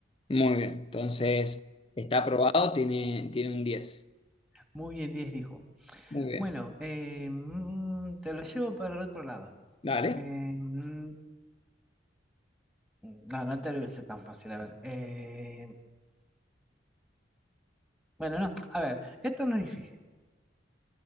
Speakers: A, on the left (about 30°); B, in the centre.
A: Muy bien. Entonces, está aprobado, tiene, tiene un diez.
B: Muy bien, 10 dijo.
A: Muy bien.
B: Bueno, eh, mm, te lo llevo para el otro lado.
A: Dale,
B: Eh, mm, no, no te lo hice tan fácil, a ver. Eh, bueno, no, a ver, esto no es difícil.